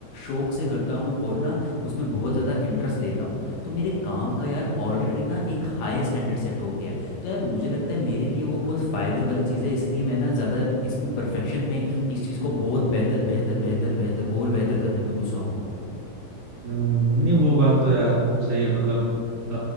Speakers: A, on the left; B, on the right.
A: शौक से करता हूँ और ना उसमें बहुत ज़्यादा इंटरेस्ट लेता हूँ तो मेरे काम का यार ऑलरेडी ना एक हाई स्टैंडर्ड सेट हो गया है तो यार मुझे लगता है मेरे लिए वो बहुत फ़ायदे वाली चीज़ है इसलिए मैं ना ज़्यादा इसमें परफेक्शन में इस चीज़ को बहुत बेहतर बेहतर बेहतर बेहतर और बेहतर करने में घुसा हुआ हूँ
B: हम्म, नहीं वो बात तो यार सही है मतलब अ,